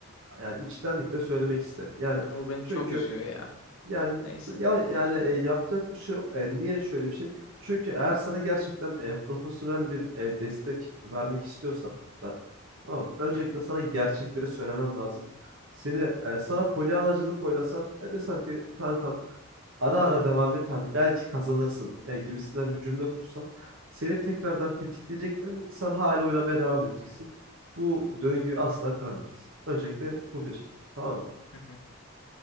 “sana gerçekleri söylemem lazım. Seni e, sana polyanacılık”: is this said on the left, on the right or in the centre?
Right